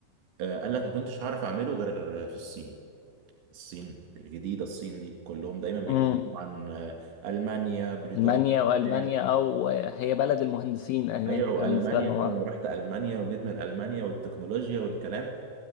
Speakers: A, on the right; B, on the left.
A: آه، قال لك ما كنتش هعرف اعمله غير في الصين الصين الجديدة الصين دي كلهم دايما بيتكلموا
B: امم
A: عن آه، ألمانيا بريطانيا
B: المانيا والمانيا
A: بتاع
B: او هي بلد المهندسين هناك
A: ايوه وألمانيا
B: فاهم بالنسبه لهم
A: وانا
B: اه
A: رحت ألمانيا وجيت من ألمانيا والتكنولوجيا والكلام